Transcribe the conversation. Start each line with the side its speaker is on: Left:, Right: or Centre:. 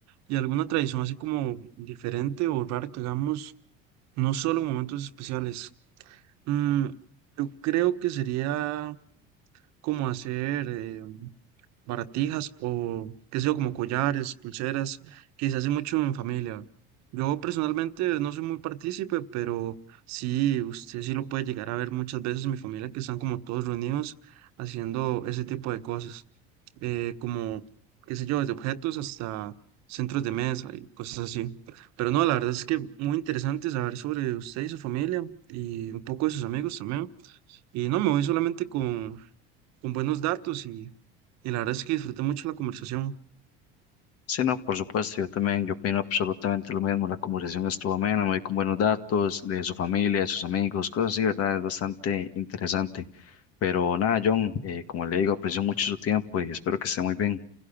Right: ¿Y alguna tradición así como diferente o rara que hagamos no solo en momentos especiales? Mm, yo creo que sería como hacer... eh, baratijas o qué sé yo, como collares, pulseras, que se hace mucho en familia. Yo personalmente no soy muy partícipe, pero sí, usted sí lo puede llegar a ver muchas veces en mi familia que están como todos reunidos haciendo ese tipo de cosas, eh, como, qué sé yo, desde objetos hasta centros de mesa y cosas así. Pero no, la verdad es que muy interesante saber sobre usted y su familia y un poco de sus amigos también. Y no, me voy solamente con con buenos datos y, y la verdad es que disfruté mucho la conversación.
Left: Sí, no, por supuesto, yo también, yo opino absolutamente lo mismo, la conversación estuvo amena, me voy con buenos datos de su familia, de sus amigos, cosas así, ¿verdad? Es bastante interesante. Pero nada, John, eh, como le digo, aprecio mucho su tiempo y espero que esté muy bien.